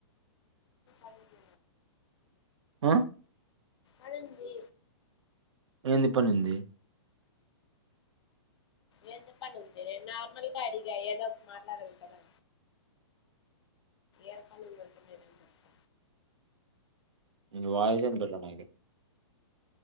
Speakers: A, on the left (about 70°); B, on the right (about 80°).
A: అది
B: ఆ
A: అడుంది
B: ఏంది పనుంది
A: ఏ చెప్పని ఉంది నేను నార్మల్ గా అడిగా ఏదో ఒక మాట్లాడలి కదా ఏమ్ పనులు ఉంటాయి ఏమైనా చెప్ప
B: ని వాయిస్ ఇన్పీయట్లే నాకైతే